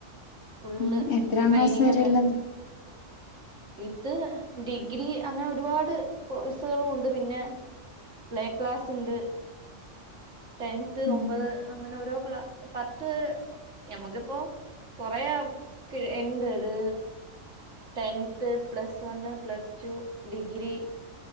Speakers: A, on the right; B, on the left.
A: ഫുള്ള്
B: ഉം എത്രാം
A: ട്രെയിനിങ്ണ്ട്
B: ക്ലാസ് വരെള്ളത്
A: ഇത് ഡിഗ്രി അങ്ങനെ ഒരുപാട് കോഴ്സുകളും ഉണ്ട് പിന്നെ പ്ലേക്ലാസ് ഉണ്ട് ടെൻത്
B: ഉം
A: ഒമ്പത് അങ്ങനെ ഓരോ ക്ലാ പത്ത് നമ്മുക്കിപ്പോ കൊറേ കിഴ് ഇണ്ട് അത് tenth plus one plus two degree